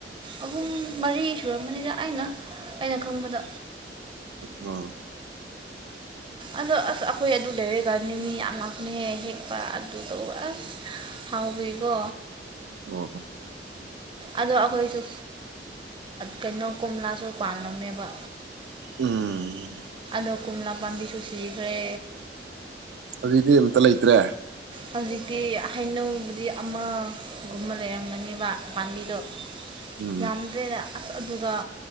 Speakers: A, on the right (about 30°); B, on the right (about 80°).
A: ꯑꯍꯨꯝ ꯃꯔꯤ ꯁꯨꯔꯝꯃꯅꯤꯗ ꯑꯩꯅ ꯑꯩꯅ ꯈꯪꯕꯗ
B: ꯑ
A: ꯑꯗꯣ ꯑꯁ ꯑꯩꯈꯣꯏ ꯑꯗꯨ ꯂꯩꯔꯦꯀꯅꯤ ꯃꯤ ꯌꯥꯝ ꯂꯥꯛꯄ ꯍꯦ ꯍꯦꯛꯄ ꯑꯗꯨꯗꯣ ꯑꯁ ꯍꯥꯎꯕꯤꯀꯣ
B: ꯑꯣ ꯍꯣ
A: ꯑꯗꯣ ꯑꯩꯈꯣꯏꯁꯨ ꯀꯩꯅꯣ ꯀꯣꯝꯂꯥꯁꯨ ꯄꯥꯜꯂꯝꯃꯦꯕ
B: ꯎꯝ
A: ꯑꯗꯣ ꯀꯣꯂ ꯄꯥꯕꯤꯁꯨ ꯁꯤꯈ꯭ꯔꯦ
B: ꯍꯧꯖꯤꯛꯇꯤ ꯑꯃꯇ ꯂꯩꯇ꯭ꯔꯦ
A: ꯍꯧꯖꯤꯛꯇꯤ ꯍꯩꯅꯧꯕꯨꯗꯤ ꯑꯃꯒꯨꯝꯕ ꯂꯩꯔꯝꯒꯅꯤꯕ ꯄꯥꯝꯕꯤꯗꯣ
B: ꯎꯝ
A: ꯌꯥꯝꯗ꯭ꯔꯦꯗ ꯑꯁ ꯑꯗꯨꯒ